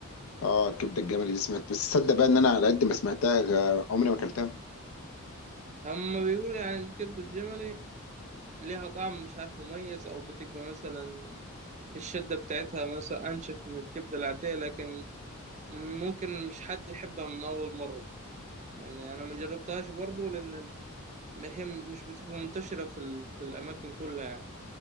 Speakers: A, on the left (about 80°); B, on the right (about 35°).
A: اه الكبده الجملي دي سمعت بس تصدق بقى ان انا على قد ما سمعتها آه، عمري ما اكلتها
B: هم بيقولوا يعني الكبدة الجملي ليها طعم مش عارف مميز أو بتبقى مثلا الشدة بتاعتها مثلا أنشف من الكبدة العادية لكن ممكن مش حد يحبها من أول مرة يعني أنا ما جربتهاش برضو لأن هي مش بتبقى منتشرة في, ال... في الأماكن كلها يعني